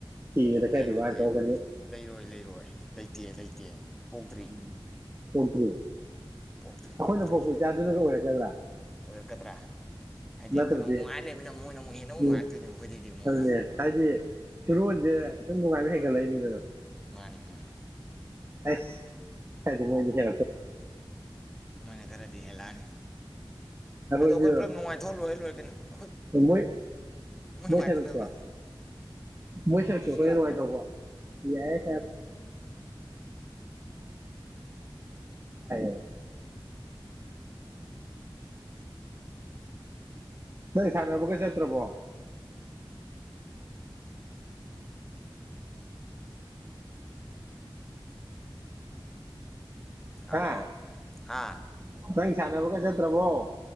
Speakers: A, on the right; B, in the centre.
A: ꯊꯤꯕꯗ ꯈꯔꯗꯤ
B: ꯂꯩꯔꯣꯏ
A: ꯋꯥꯅ
B: ꯂꯩꯔꯣꯏ
A: ꯇꯧꯔꯛꯀꯅꯤ
B: ꯂꯩꯔꯣꯏ ꯂꯩꯔꯣꯏ ꯂꯩ ꯂꯩꯇꯦ ꯂꯩꯇꯦ ꯄꯣꯛꯇ꯭ꯔꯤ
A: ꯎꯝ ꯆꯣꯝꯄꯔꯤ
B: ꯄꯣꯛꯇ꯭ꯔꯤ
A: ꯑꯩꯈꯣꯏꯅ
B: ꯄꯣꯛꯇ꯭ꯔꯤ
A: ꯄꯣꯛꯄ ꯏꯆꯥꯗꯨꯅꯒ ꯑꯣꯏꯔꯛꯀꯗ꯭ꯔꯥ
B: ꯑꯣꯏꯔꯛꯀꯗ꯭ꯔꯥ ꯍꯥꯏꯗꯤ
A: ꯅꯠꯇ꯭ꯔꯗꯤ
B: ꯑꯩꯈꯣꯏꯅ ꯑꯃꯨꯛ ꯅꯨꯡꯉꯥꯏꯔ ꯂꯩꯕꯅꯤꯅ ꯃꯣꯏꯅ ꯑꯃꯨꯛ ꯍꯦꯟꯅ ꯑꯃꯨ ꯅꯨꯡꯉꯥꯏꯛꯇꯣꯏꯅꯦꯕ
A: ꯎꯝ
B: ꯑꯩꯈꯣꯏꯗꯩꯗꯤ ꯑꯃꯨꯛ
A: ꯑꯗꯨꯅꯦ ꯍꯥꯏꯗꯤ ꯐꯤꯔꯣꯟꯁꯦ ꯁꯨꯝ ꯅꯨꯡꯉꯥꯏꯕ ꯍꯦꯟꯒꯠꯂꯛꯏ ꯃꯤꯗꯨꯗꯅ
B: ꯃꯥꯅꯦ ꯃꯥꯅꯦ
A: ꯑꯁ ꯑꯗꯨꯗꯤ ꯃꯣꯏꯗꯤ <unintelligible>
B: ꯃꯣꯏꯅ ꯈꯔꯗꯤ ꯍꯦꯜꯂꯛꯑꯅꯤ
A: ꯑꯩꯈꯣꯏꯁꯨ
B: ꯑꯗꯣ ꯑꯩꯈꯣꯏꯅ ꯄꯨꯂꯞ ꯅꯨꯡꯉꯥꯏꯊꯣꯛ ꯂꯣꯏꯔꯦ ꯂꯣꯏ <unintelligible>
A: ꯃꯣꯏ ꯃꯣꯏ
B: ꯅꯨꯡꯉꯥꯏꯇꯅꯕ
A: ꯁꯔꯨꯛꯁꯨ ꯃꯣꯏ ꯁꯔꯨꯛꯁꯨ
B: ꯑꯗꯨꯁꯨ
A: ꯑꯩꯈꯣꯏꯅ
B: ꯌꯥꯗ꯭ꯔꯣ
A: ꯅꯨꯡꯉꯥꯏꯊꯣꯛꯄ ꯌꯥꯏ <unintelligible> ꯅꯪ ꯁꯥꯟꯅꯕꯒ ꯆꯠꯇ꯭ꯔꯕꯣ
B: ꯍꯜꯂꯣ
A: ꯍꯥ
B: ꯍꯥ
A: ꯅꯪ ꯁꯥꯟꯅꯕꯒ ꯆꯠꯇ꯭ꯔꯕꯣ